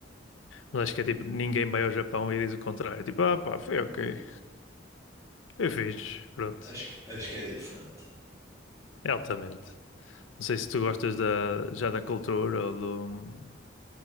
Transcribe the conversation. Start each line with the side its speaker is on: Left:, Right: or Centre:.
Left: Mas acho que é tipo, ninguém vai ao Japão e diz o contrário. Tipo, ah pá, foi ok. Foi fixe, pronto.
Right: Acho que, acho que é diferente.
Left: É altamente. Não sei se tu gostas da, já da cultura ou do, hum,